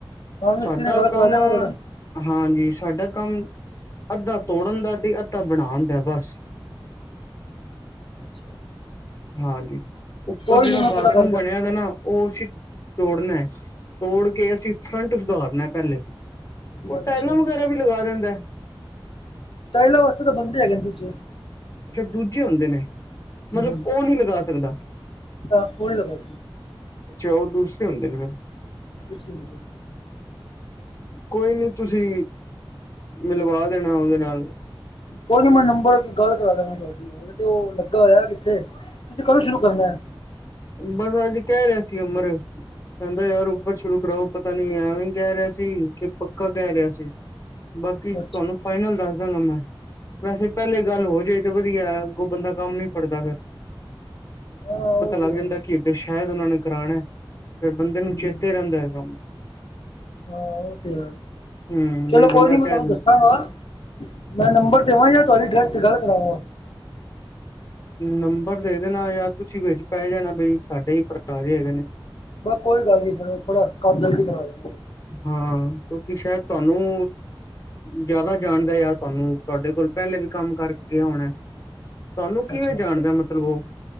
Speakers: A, on the left (about 75°); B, on the left (about 35°).
A: ਹਾਂ ਮਿਸਤਰੀ
B: ਸਾਡਾ
A: ਨਾਲ ਗੱਲ ਕਰਾ
B: ਕੰਮ।
A: ਦਿਆਂਗਾ ਤੁਹਾਡਾ
B: ਹਾਂਜੀ, ਸਾਡਾ ਕੰਮ ਅੱਧਾ ਤੋੜਨ ਦਾ ਤੇ, ਤਾਂ ਬਣਾ ਹੁੰਦਾ ਬਸ।
A: ਅੱਛਾ।
B: ਹਾਂਜੀ ਉੱਪਰ
A: ਕੋਈ
B: ਜਿਹੜਾ
A: ਨੀ ਮੈਂ
B: ਬਾਥਰੂਮ
A: ਪਤਾ ਕਰ ਦਿਆਂ
B: ਬਣਿਆ ਨਾ। ਉਹ ਉਸ ਤੋੜਨਾ ਤੋੜ ਕੇ। ਕੇ ਅਸੀਂ ਫਰੰਟ ਸੁਧਾਰਨਾ ਪਹਿਲੇ ਉਹ
A: ਅੱਛਾ
B: ਟਾਇਲਾਂ ਵਗੈਰਾ ਵੀ ਲਗਾ ਦਿੰਦਾ।
A: ਪਹਿਲਾ ਵਸਤੇ ਤਾਂ ਬੰਦੀ ਹੈਗਾ ਤੁਸੀੇ।
B: ਅੱਛਾ ਦੂਜੇ ਹੁੰਦੇ ਨੇ ਮਤਲਬ
A: ਹੂੰ
B: ਉਹ ਨਹੀਂ ਲਗਾ ਸਕਦਾ।
A: ਤਾਂ ਉਹਣਗਾ।
B: ਅੱਛਾ ਉਹ ਦੂਸਰੇ ਹੁੰਦੇ ਨੇ ਹਮ।
A: ਇਸ ਲਈ
B: ਕੋਈ ਨੀ ਤੁਸੀਂ। ਮਿਲਵਾ ਦੇਣਾ ਉਹਦੇ ਨਾਲ।
A: ਕੋਈ ਨੀ ਮੈਂ ਨੰਬਰ ਗੱਲ ਕਰਾ ਦ ਮੈਂ ਤੁਹਾਡੀ ਗੱਲ ਤੇ ਉਹ ਲੱਗਾ ਹੋਇਆ ਕਿੱਥੇ ਤੁਸੀਂ ਕਦੋਂ ਸ਼ੁਰੂ ਕਰਨਾ ਆ।
B: ਬਸ ਅੱਜ ਕਹਿ ਰਿਹਾ ਸੀ ਅਮਰ। ਕਹਿੰਦਾ ਯਾਰ ਉਪਰ ਸ਼ੁਰੂ ਕਰਾਓ ਪਤਾ ਨੀ ਐਵੇਂ ਕਹਿ ਰਿਹਾ ਸੀ ਕਿ ਪੱਕਾ ਕਹਿ ਰਿਹਾ ਸੀ। ਬਾਕੀ
A: ਅੱਛਾ
B: ਤੁਹਾਨੂੰ ਫਾਈਨਲ ਦੱਸ ਦੇਵਾਗਾ ਮੈਂ। ਵੈਸੇ ਪਹਿਲੇ ਗੱਲ ਹੋ ਜਾਏ ਤੇ ਵਧੀਆ ਉਹ ਬੰਦਾ ਕੰਮ ਨੀ ਫੜਦਾ ਫਿਰ।
A: ਹਾਂ ਉਹ ਤੇ
B: ਲੱਗ
A: ਹੈ
B: ਜਾਂਦਾ ਕਿ ਇੱਧਰ ਸ਼ਾਇਦ ਉਹਨਾਂ ਨੇ ਕਰਾਉਣਾ ਫਿਰ ਬੰਦੇ
A: ਹੂੰ
B: ਨੂੰ ਚੇਤੇ ਰਹਿੰਦਾ ਹੈ ਕੰਮ।
A: ਹਾਂ ਉਹ ਤੇ ਹੈ।
B: ਹੂੰ
A: ਚਲੋ
B: ਬਈ
A: ਕੋਈ
B: ਬੰਦਾ
A: ਨੀ
B: ਕਹਿ
A: ਮੈਂ ਤੁਹਾਨੂੰ
B: ਦਿੰ
A: ਦੱਸਾਂਗਾ ਮੈਂ ਨੰਬਰ ਦੇਵਾਂ ਜਾਂ ਤੁਹਾਡੀ ਅ ਤੇ ਗੱਲ ਕਰਾਾਂਗਾ
B: ਨੰਬਰ ਦੇ ਦੇਣਾ ਯਾਰ ਤੁਸੀਂ ਵਿੱਚ ਪੈ ਜਾਣਾ ਬਈ ਸਾਡੇ ਹੀ ਭਰਾ ਹੈਗੇ ਨੇ।
A: ਬਸ ਕੋਈ ਗੱਲ ਨੀ ਫਿਰ ਥੋੜਾ ਕੰਮ ਜਲਦੀ ਕਰਾ ਦਿਓ।
B: ਹਾਂ ਕਿਉਂਕਿ ਸ਼ਾਇਦ ਤੁਹਾਨੂੰ। ਜ਼ਿਆਦਾ ਜਾਣਦਾ ਯਾਰ ਤੁਹਾਨੂੰ ਤੁਹਾਡੇ ਕੋਲ ਪਹਿਲੇ ਵੀ ਕੰਮ ਕਰਕੇ ਗਿਆ ਹੋਣਾ। ਤੁਹਾਨੂੰ ਕਿਵੇਂ
A: ਅੱਛਾ
B: ਜਾਣਦਾ ਮਤਲਬ ਉਹ।